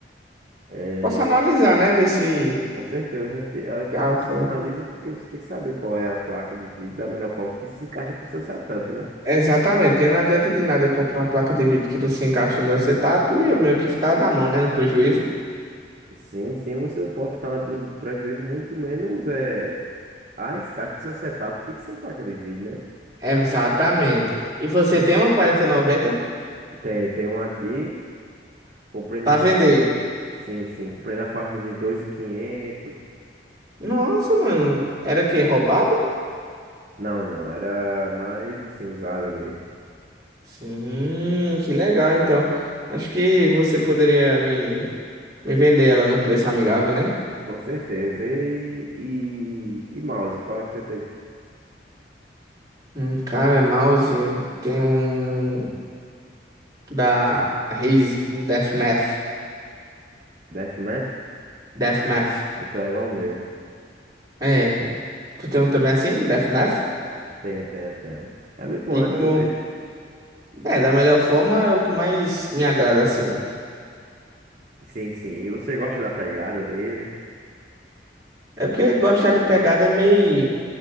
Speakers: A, on the right (about 40°); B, on the right (about 20°).
A: É,
B: posso analisar, né? Ver se
A: com certeza, a gente, a-
B: é algo
A: você
B: que eu.
A: analisa porque você tem que saber qual é a placa de vídeo da melhor forma que se encaixa pro seu setup, né?
B: Exatamente, porque não adianta de nada eu comprar uma placa de vídeo que não se encaixa no meu setup e eu meio que ficar na mão, né? No prejuízo.
A: Sim, sim, você não pode ficar na- no prejuízo, muito menos é, arriscar que seu setup fique sem placa de vídeo, né?
B: Exatamente. E você tem uma quarenta e noventa
A: Tem, tem um aqui. Comprei na
B: pra vender?
A: faixa. Sim, sim. Comprei na faixa de dois mil e quinhentos
B: Nossa, mano. Era que roubada?
A: Não, não. Era mais assim, usada mesmo.
B: Sim, que legal. Então, acho que você poderia me, me vender ela num preço amigável, né?
A: Com certeza. E, e, e mouse, qual é que você tem?
B: Hum, Cara, mouse tem um da Raze, um Deathmath.
A: Deathmatch?
B: Deathmath.
A: Então é igual o meu.
B: É, tu tem um também assim, Deathmath?
A: Tenho, tenho, tenho. É muito bom,
B: E
A: né?
B: como,
A: Inclusive.
B: é, da melhor forma é o que mais me agrada assim.
A: Sim, sim. E você gosta da pegada dele?
B: É porque gostar de pegada é meio,